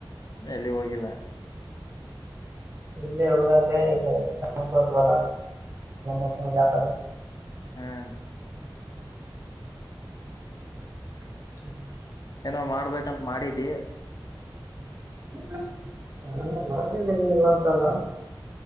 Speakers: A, on the left (about 50°); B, on the right (about 30°).
A: ಎಲ್ಲಿ ಹೋಗಿಲ್ಲ
B: ಇಲ್ಲಿ ಇಊರಲ್ಲೇ ಇದುಲ್ಲ ಅ ಎ್ಯಾಪ
A: ಹ್ಮ್ <unintelligible>
B: ಹ್ಮ
A: ಏನೋ ಮಾಡ್ಬೇಕಂತ ಮಾಡಿದ್ದಿ
B: ನಾ ಮಾಡಿದ್ದೀನಿ ಇಲ್ಲಂತಲ್ಲ